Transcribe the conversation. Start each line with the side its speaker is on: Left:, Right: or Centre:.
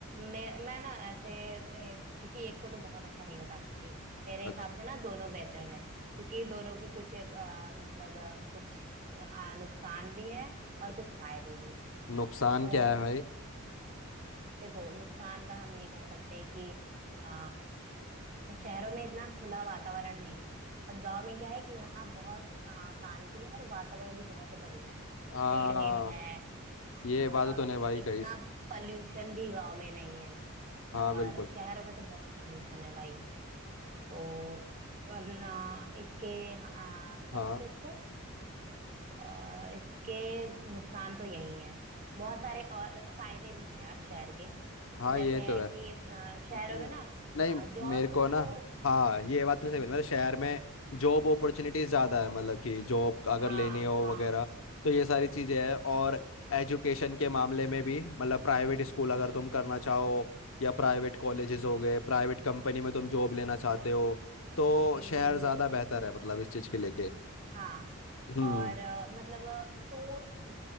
Right: मैं मैं ना ऐसे ए, किसी एक को तो बहुत अच्छा नहीं बता सकती मेरे
Left: अच्छा,
Right: हिसाब से ना दोनों बेटर हैं क्योंकि दोनों की कुछ अ, मतलब अ, कुछ हाँ नुकसान भी हैं और कुछ फायदे भी हैं
Left: नुकसान
Right: तो
Left: क्या है भाई
Right: देखो नुकसान का हम ये कह सकते हैं कि अ, शहरों में इतना खुला वातावरण नहीं है बट गांव में क्या है कि यहाँ बहुत अ, शांति है और वातावरण भी बहुत बढ़िया है
Left: हाँ
Right: पेड़ वेड़ है
Left: ये
Right: अ,
Left: बात तो तूने भाई कही
Right: इतना पॉल्यूशन भी गांव में नहीं है
Left: हाँ
Right: और
Left: बिल्कुल
Right: शहर में तो बहुत पॉल्यूशन है भाई तो वरना इसके अ, क्या
Left: हाँ
Right: बोलते हैं इसको अ, इसके नुकसान तो यही है बहुत सारे और फायदे भी हैं यार शहर के तो
Left: हाँ
Right: जैसे
Left: ये तो
Right: है
Left: है
Right: कि अ, शहरों
Left: नहीं
Right: में ना
Left: नहीं
Right: जॉब
Left: मेरे को
Right: तुमको
Left: ना हाँ ये बात तो सही
Right: हम्म
Left: बोली मतलब शहर में जॉब अपॉर्चुनिटीज ज़्यादा है मतलब कि जॉब अगर
Right: हाँ
Left: लेनी हो
Right: हाँ
Left: वगैरह तो ये सारी चीज़ें हैं और एजुकेशन के मामले में भी मतलब प्राइवेट स्कूल अगर तुम करना चाहो या प्राइवेट कॉलेजेस हो गए प्राइवेट कंपनी में तुम जॉब लेना चाहते हो तो
Right: हम्म
Left: शहर
Right: हम्म
Left: ज़्यादा
Right: हम्म
Left: बेहतर है मतलब इस चीज़ के लेके
Right: हाँ
Left: हम्म
Right: और अ, मतलब सोर्स